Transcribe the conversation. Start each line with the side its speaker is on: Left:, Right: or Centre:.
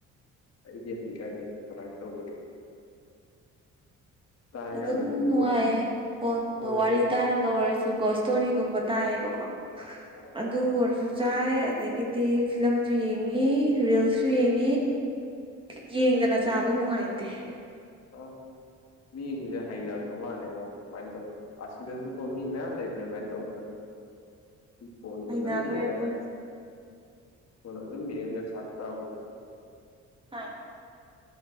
Left: ꯑꯩꯗꯤ ꯍꯩꯒꯟꯗꯦ ꯑꯗꯨꯃꯥꯏꯅ ꯇꯧꯕꯗꯣ ꯆꯥꯏ
Right: ꯑꯗꯨꯝ
Left: ꯀꯥꯟꯗꯗꯤ
Right: ꯅꯨꯡꯉꯥꯏꯌꯦ
Left: ꯐꯣꯟ
Right: ꯐꯣꯟꯗꯣ
Left: ꯐꯣꯟ
Right: ꯋꯥꯔꯤ ꯇꯥꯔꯒ ꯑꯣꯏꯔꯁꯨ ꯀꯣ ꯏꯁꯇꯣꯔꯤꯒꯨꯝꯕ ꯇꯥꯏꯌꯦꯕꯀꯣ
Left: ꯑꯥ
Right: ꯑꯗꯨ ꯑꯣꯏꯔꯁꯨ ꯆꯥꯏ ꯑꯗꯒꯤꯗꯤ ꯐꯤꯂꯝꯁꯨ ꯌꯦꯡꯉꯤ ꯔꯤꯜꯁꯁꯨ ꯌꯦꯡ ꯪꯉꯤ ꯌꯦꯡꯗꯅ ꯆꯥꯕ ꯅꯨꯡꯉꯥꯏꯇꯦ
Left: ꯑ ꯃꯤꯁꯤꯡꯁꯦ ꯍꯩꯅꯈ꯭ꯔ ꯃꯥꯜꯂꯦꯀꯣ ꯁꯨꯃꯥꯏꯅ ꯇꯧꯕ ꯑꯁꯤꯗꯁꯨ ꯀꯣ ꯃꯤ ꯃꯌꯥꯝ ꯂꯩꯕ꯭ꯔꯥ ꯑꯗꯨꯃꯥꯏꯅ ꯇꯧꯕꯗꫭ ꯎꯝ ꯐꫭꯟ
Right: ꯍꯩꯅꯈ꯭ꯔꯦ
Left: ꯑꯗꯨꯝ ꯌꯦꯡꯉꯒ
Right: ꯑꯩꯈꯣꯏꯁꯦ
Left: ꯐꫭꯟ ꯑꯗꯨꯝ ꯌꯦꯡꯉꯒ ꯆꯥꯛ ꯆꯥꯕꯗꯨ
Right: ꯍꯥꯥ